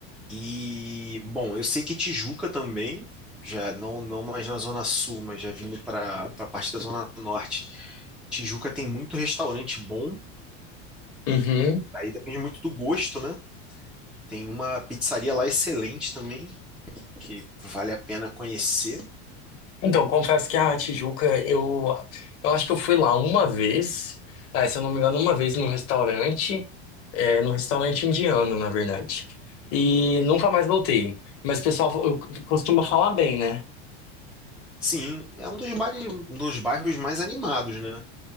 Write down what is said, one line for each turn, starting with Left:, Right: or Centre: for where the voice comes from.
Centre: E, bom, eu sei que Tijuca também, já não, não mais na Zona Sul, mas já vindo para a parte da Zona Norte. Tijuca tem muito restaurante bom,
Left: Uhum.
Centre: aí depende muito do gosto, né? Tem uma pizzaria lá excelente também, que vale a pena conhecer.
Left: Então, confesso que a Tijuca, eu, eu acho que eu fui lá uma vez, ah, se eu não me engano, uma vez num restaurante, é, num restaurante indiano, na verdade. E nunca mais voltei. Mas o pessoal eu- costuma falar bem, né?
Centre: Sim, é um dos bairros, um dos bairros mais animados, né?